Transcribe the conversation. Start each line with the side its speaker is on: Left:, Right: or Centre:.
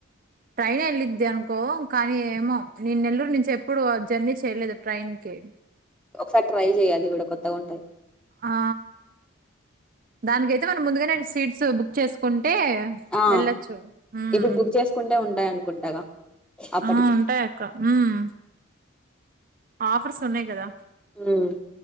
Right: ట్రైన్ వెళ్ళిద్ది అనుకో కానీ ఏమో నేను నెల్లూరు నుంచి ఎప్పుడు ఆ జర్నీ చేయలేదు ట్రైన్ కి కే
Centre: ఒకసారి ట్రై చెయి‌ అది‌ కూడా కొత్తగుంటది.
Right: ఆ దానికయితే మనం ముందుగనే సీట్సు బుక్ చేసుకున్ ట్టే
Centre: ఆ
Right: ఎళ్లొచ్చు ఉమ్
Centre: ఇప్పుడు బుక్ చేసుకుంటే ఉంటాయి అనుకుంటాగా అప్పటికి
Right: ఆ ఉంటాయ్ అక్క‌ ఉమ్ ఆఫర్స్ ఉన్నాయ్ కదా
Centre: ఉమ్